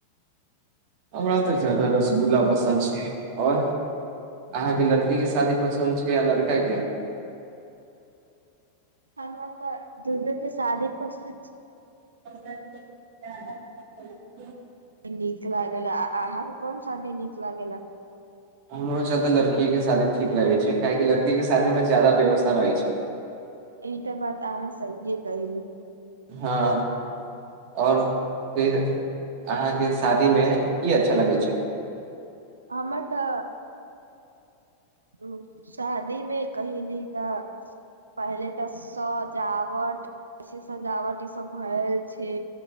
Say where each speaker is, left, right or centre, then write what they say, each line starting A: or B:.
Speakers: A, on the right (about 45°); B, on the right (about 80°).
A: हमरा तऽ ज्यादा रसगुल्ला पसन्द छै आओर अहाँके लड़कीके शादी पसन्द छै या लड़का के
B: हमरा तऽ दुनू के शादी पसंद छै
A: <unintelligible>
B: नीक लागेला आहां के कोन शादी नीक लागेला
A: हमरो सब के तऽ लड़किये के शादी ठीक लगै छै काहे कि लड़कीके शादीमे ज्यादा व्यवस्था रहै छै <unintelligible>
B: ई बात अहाँ सहिए कहली
A: हां और फिर अहाँके शादी में की अच्छा लगै छै
B: हमर तऽ ह शादी में कहिली तऽ पहिले तऽ सजावट सजावट भए छै